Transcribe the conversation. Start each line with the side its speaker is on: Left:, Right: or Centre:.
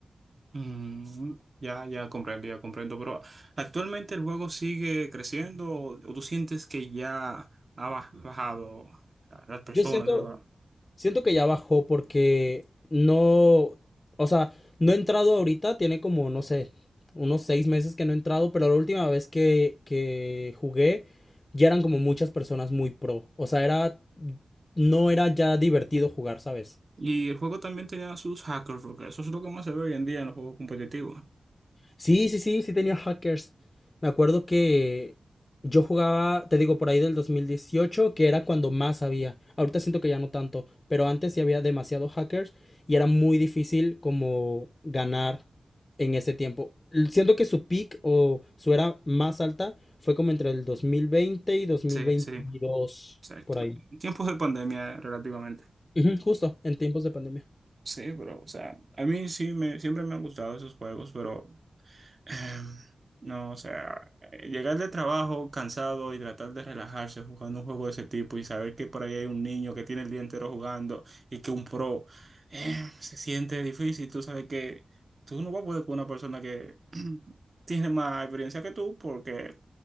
Right: Mm, ya, ya comprendí, ya comprendo. Pero actualmente el juego sigue creciendo o, o tú sientes que ya ha ba- bajado la- las personas,
Left: Yo siento,
Right: ¿verdad?
Left: Siento que ya bajó porque no, o sea, no he entrado ahorita, tiene como, no sé, unos seis meses que no he entrado, pero la última vez que, que jugué ya eran como muchas personas muy pro. O sea, era, no era ya divertido jugar, ¿sabes?
Right: Y el juego también tenía sus hackers, porque eso es lo que más se ve hoy en día en los juegos competitivos.
Left: Sí, sí, sí, sí tenía hackers. Me acuerdo que yo jugaba, te digo, por ahí del 2018, que era cuando más había. Ahorita siento que ya no tanto, pero antes sí había demasiados hackers y era muy difícil como ganar en ese tiempo. L- Siento que su peak o su era más alta fue como entre el 2020 y 2022,
Right: Sí, sí, exacto.
Left: por ahí.
Right: En tiempos de pandemia, eh, relativamente.
Left: Ujú, justo, en tiempos de pandemia.
Right: Sí, pero, o sea, a mí sí me, siempre me han gustado esos juegos, pero Em, no, o sea, eh, llegar de trabajo cansado y tratar de relajarse jugando un juego de ese tipo y saber que por ahí hay un niño que tiene el día entero jugando y que un pro em, se siente difícil. Tú sabes que tú no vas a poder con una persona que <clears throat> tiene más experiencia que tú porque